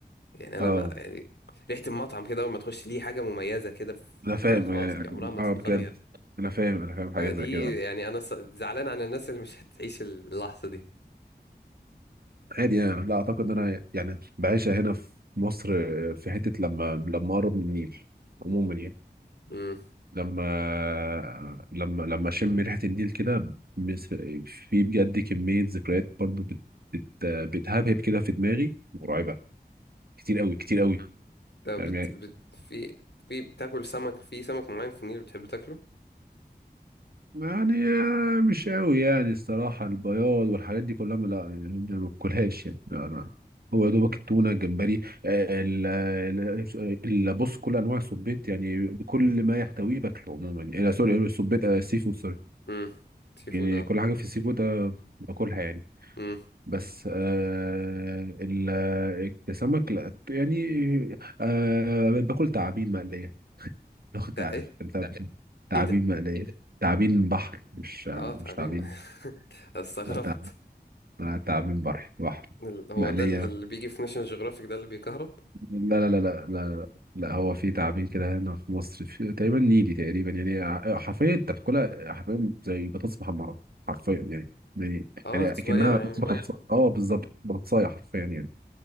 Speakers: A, on the left; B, on the right.
A: يعني أنا
B: اه
A: بقى يعني ريحة المطعم كده أول ما تخش ليه حاجة مميزة كده في
B: انا
A: دماغك
B: فاهم
A: خلاص
B: يعني
A: دي عمرها ما
B: اه
A: تتغير
B: بجد انا فاهم انا فاهم
A: فدي
B: حاجة زي كده
A: يعني أنا ص- زعلان على الناس اللي مش هتعيش اللحظة دي
B: عادي يعني لا اعتقد ان انا يعني بعيشها هنا في مصر في حته لما لما اقرب من النيل عموما يعني
A: مم.
B: لما لما لما اشم ريحه النيل كده بس- في بجد كميه ذكريات برضو بت بت بتهبهب كده في دماغي مرعبه كتير قوي كتير قوي
A: طب
B: يعني
A: بت... بت... في في بتاكل سمك في سمك معين في النيل بتحب تاكله
B: يعني آه، مش قوي يعني الصراحة البياض والحاجات دي كلها ما- لا يعني ما باكلهاش يعني لا لا هو يا دوبك التونة الجمبري آه، ال- ال- ال- بص كل أنواع السبيط يعني كل ما يحتويه باكله عموما يعني آه، سوري السبيط آه، السي فود سوري
A: امم سي
B: يعني
A: فود اه
B: كل حاجة في السي فود آه، باكلها يعني
A: امم
B: بس آه ال- آه، السمك لا يعني آه باكل تعابين مقلية <laughs> لو كنت
A: ده
B: عارف
A: ايه
B: تعرف تعابين
A: ايه ده
B: مقلية تعابين بحر مش آه،
A: اه تعبين
B: مش تعابين
A: <laughs> استغربت
B: لا تعب لا تعابين بحر بحر
A: ال- هو
B: مقلية
A: ده اللي بيجي في ناشونال جيوغرافيك ده اللي بيكهرب
B: لا لا لا لا لا لا هو في تعابين كده هنا في مصر في تقريبا نيلي تقريبا يعني ع- حرفيا انت بتاكلها حرفيا زي بطاطس محمرة حرفيا يعني يعني
A: اه
B: يعني
A: صغيرة
B: كأنها
A: يعني
B: صغير
A: اه
B: بطاطس اه بالظبط بطاطساية حرفيا يعني